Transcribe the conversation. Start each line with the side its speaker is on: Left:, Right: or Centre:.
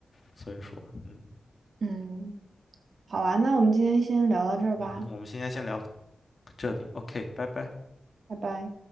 Left: 所以说，嗯
Right: 嗯，好啊，那我们今天先聊到这儿吧，
Left: 嗯哼，我们今天先聊到这里，OK，拜拜。
Right: 拜拜。